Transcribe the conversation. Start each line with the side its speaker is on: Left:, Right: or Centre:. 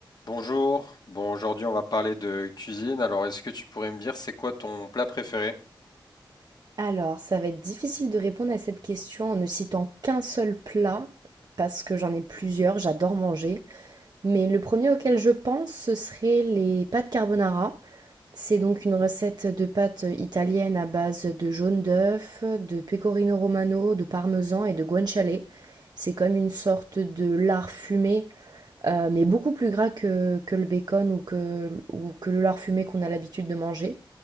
Left: Bonjour. Bon, aujourd'hui, on va parler de cuisine. Alors, est-ce que tu pourrais me dire, c'est quoi ton plat préféré?
Right: Alors, ça va être difficile de répondre à cette question en ne citant qu'un seul plat, parce que j'en ai plusieurs, j'adore manger. Mais le premier auquel je pense, ce serait les pâtes carbonara. C'est donc une recette de pâtes italiennes à base de jaune d'œuf, de pecorino romano, de parmesan et de guanciale. C'est comme une sorte de lard fumé heu, mais beaucoup plus gras que que le bacon ou que ou que le lard fumé qu'on a l'habitude de manger